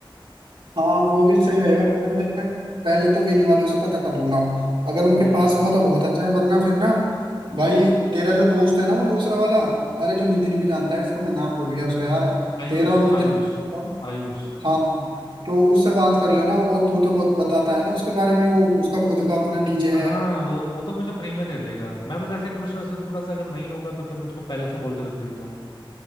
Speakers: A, on the right (about 75°); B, on the left (about 60°).
A: हाँ वो भी सही रहेगा देख, पहले तो वेन्यू वालों से पता कर लूंगा अगर उनके
B: हम्म
A: पास हुआ तो बहुत अच्छा है वरना फिर ना भाई तेरा जो दोस्त है ना वो दूसरा वाला अरे जो नितिन भी जानता है इसको मैं नाम भूल गया उसका यार
B: आयुष
A: तेरा और नितिन
B: आयुष
A: को-
B: आयुष
A: हाँ हाँ तो उससे बात कर लेना वो तू तो बहुत बताता है ना उसके बारे में वो उसका खुद का अपना डीजे
B: हाँ
A: है
B: वो वो तो मुझे फ्री में दे देगा मैं बस ऐसे ही पूछ रहा था उनके पास अगर नहीं होगा तो फिर मैं उसको पहले से बोल के रख देता हूँ